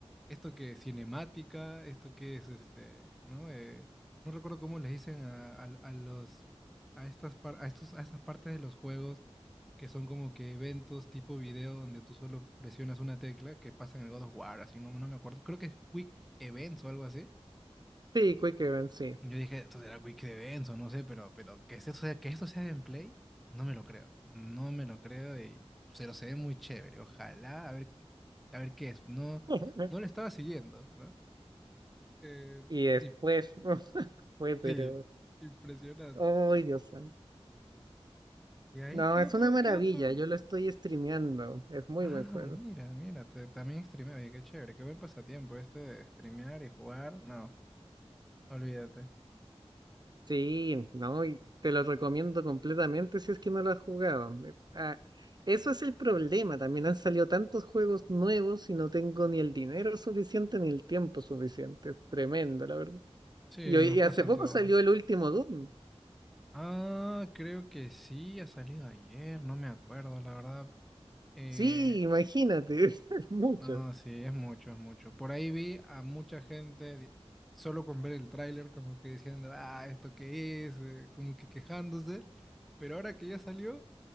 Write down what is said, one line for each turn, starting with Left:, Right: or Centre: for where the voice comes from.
Centre: esto que es cinemática, esto que es este, ¿no? Eh, no recuerdo cómo les dicen a, a- a los a estas par- a estos a estas partes de los juegos que son como que eventos tipo video donde tú solo presionas una tecla que pasa en el God of War, así no, no me acuerdo. Creo que es Quick Events o algo así.
Right: Sí, Quick Event, sí.
Centre: Yo dije, esto será Quick Events o no sé, pero pero que esto sea que esto sea gameplay, no me lo creo. No me lo creo y se lo se ve muy chévere. Ojalá a ver a ver qué es. No
Right: <laughs>
Centre: no lo estaba siguiendo, ¿no? Eh,
Right: Y después
Centre: y,
Right: <laughs> fue, pero.
Centre: sí, impresionante.
Right: ¡Ay, Dios santo!
Centre: De ahí,
Right: No,
Centre: ¿qué
Right: es
Centre: otro?
Right: una maravilla.
Centre: ¿Qué otro?
Right: Yo lo estoy streameando. Es muy
Centre: Ah,
Right: buen juego.
Centre: mira, mira, te- también streameo. Oye, qué chévere, qué buen pasatiempo este de streamear y jugar. No, olvídate.
Right: Sí, no, y te lo recomiendo completamente si es que no lo has jugado. Eh, ah, eso es el problema, también han salido tantos juegos nuevos y no tengo ni el dinero suficiente ni el tiempo suficiente. Es tremendo, la verdad.
Centre: Sí,
Right: Y, hoy-
Centre: nos
Right: y
Centre: pasa
Right: hace
Centre: a
Right: poco
Centre: todos.
Right: salió el último Doom.
Centre: Ah, creo que sí, ha salido ayer, no me acuerdo, la verdad. Eh,
Right: Sí, imagínate, <laughs> es mucho.
Centre: No, sí, es mucho, es mucho. Por ahí vi a mucha gente di- solo con ver el tráiler como que diciendo, ah, ¿esto qué es? eh, como que quejándose. Pero ahora que ya salió,